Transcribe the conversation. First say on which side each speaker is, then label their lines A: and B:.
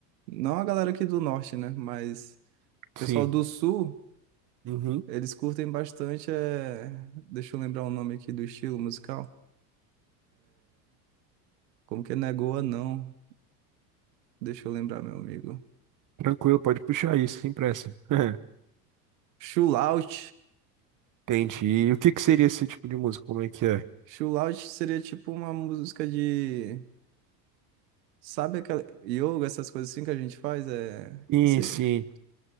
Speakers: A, on the right; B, on the right.
A: não a galera aqui do norte, né? Mas o
B: Sim.
A: pessoal do sul,
B: Uhum.
A: eles curtem bastante. É... Deixa eu lembrar o nome aqui do estilo musical. Como que é Negoa, não? Deixa eu lembrar, meu amigo.
B: Tranquilo, pode puxar isso, sem pressa. <laughs>
A: Chulaut.
B: Entendi. E o que que seria esse tipo de música? Como é que é?
A: Chulaut seria tipo uma música de. Sabe aquela yoga, essas coisas assim que a gente faz? É,
B: Sim,
A: esse-
B: sim.